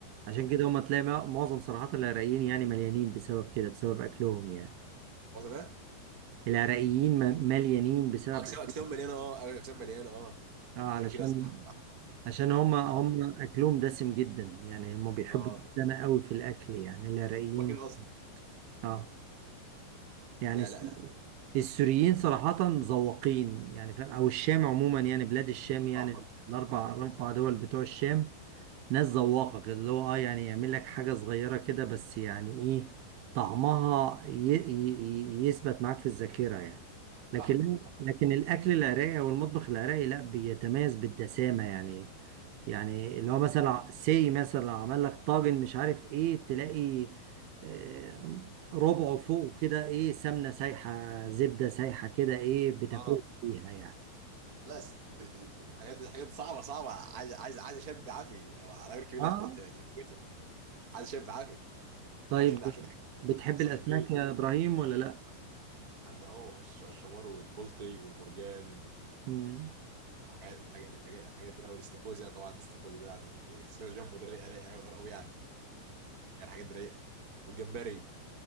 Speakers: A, on the right (about 80°); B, on the right (about 20°).
A: عشان
B: اه
A: كده هم تلاقي مع- معظم صراحة العراقيين يعني مليانين بسبب كده بسبب أكلهم يعني
B: وصل بقى
A: العراقيين م- مليانين بسبب
B: اه اجسام
A: أكلهم
B: اجسام مليانه اه أيوة، اجسام مليانه اه
A: اه علشان
B: عشان كده صح صح
A: عشان هما هما
B: اه
A: اكلهم دسم جدا يعني هما بيحبوا
B: اه
A: الدسامة قوي في الاكل يعني العراقيين
B: هما كده اصلا
A: اه يعني
B: لا
A: الس-
B: لا لا
A: السوريين صراحة ذواقين يعني فاهم او الشام عموما يعني بلاد الشام يعني
B: طعم اكتر
A: الاربع
B: طعم اكتر
A: الاربع دول بتوع الشام ناس ذواقة كده اللي هو اه يعني يعمل لك حاجة صغيرة كده بس يعني ايه طعمها ي... ي... ي- يثبت معاك في الذاكرة يعني لكن
B: صح صح
A: لكن الأكل العراقي أو المطبخ العراقي لا بيتميز بالدسامة يعني يعني اللي هو مثلا سي مثلا لو عمل لك طاجن مش عارف ايه تلاقي آه، ربعه فوق كده ايه سمنة سايحة زبدة سايحة كده ايه بتاكل
B: اه
A: فيها يعني
B: لا س- ت- ت- حاجات حاجات صعبه صعبه عايز عايز عايز شاب عافي لو على غير كبيره
A: اه
B: انت انت تموته عايز شاب عافي
A: طيب
B: عشان عشان حاجة ما
A: بتحب
B: تاثرش
A: الأسماك
B: فيه
A: يا إبراهيم ولا لأ؟
B: عند اه وش الشوار والبلطي والمرجان
A: مم.
B: الحاجات الحاجات الحاجات الحاجات دي أوي، الاستاكوزا طبعا الاستاكوزا ده يعني ك- الاستاكوزا جنبه ده رايقه رايقه قوي قوي يعني يعني حاجات دي رايقه والجمبري